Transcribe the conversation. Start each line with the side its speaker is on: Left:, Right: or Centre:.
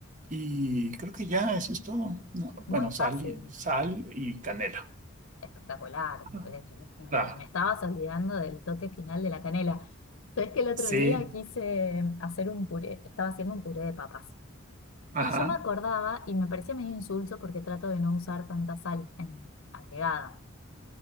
Right: y creo que ya eso es todo, ¿no?
Left: muy
Right: Bueno,
Left: fácil,
Right: sal y, sal y canela.
Left: espectacular.
Right: Ah,
Left: Eh,
Right: La,
Left: Me, me estabas olvidando del toque final de la canela. Sabes que el otro
Right: sí,
Left: día quise hacer un puré, estaba haciendo un puré de papas.
Right: ajá.
Left: Y yo me acordaba y me parecía medio insulso porque trato de no usar tanta sal en, agregada.